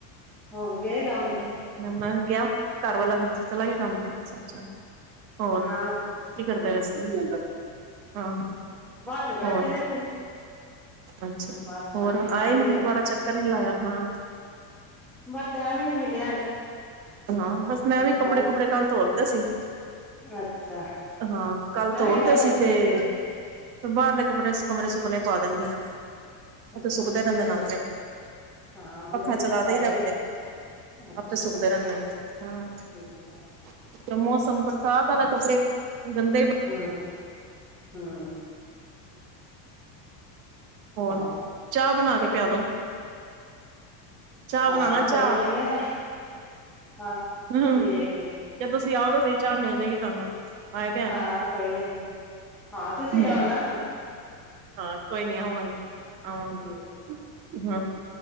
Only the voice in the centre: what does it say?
ਹੋਣ ਗਏ ਕੰਮ ਤੇ,
ਹਾਂ
ਠੀਕ
ਹੈ
ਬਸ ਬੈਠੇ
ਦੇ ਸੀ
ਬਸ ਸਫਾਈਆਂ
ਕਰਾਂਗੇ
ਨੇ
ਬਸ ਟਾਇਮ ਹੀ ਨੀ ਮਿਲਿਆ।
ਬਾਰਿਸ਼
ਅੱਛਾ
ਮੈਂ
ਵੀ
ਕੱਲ ਧੋਤੇ
ਅੱਛਾ
ਮੈਂ
ਧੋ
ਹਾਂ ਮੇਰੇ
ਪਾਏ
ਦੇ
ਅੱਛਾ
ਠੀਕ ਹੈ
ਹੂੰ, ਹੂੰ।
ਹਾਂ
ਹਾਂ,
ਕੋਈ ਨੀ ਆਦੇ ਆ, ਹਾਂ।
ਠੀਕ ਹੈ
ਹਾਂ,
ਕੋਈ ਨੀ, ਹਾਂ ਤੁਸੀਂ
ਆਓ ਨਾ।
ਤੇ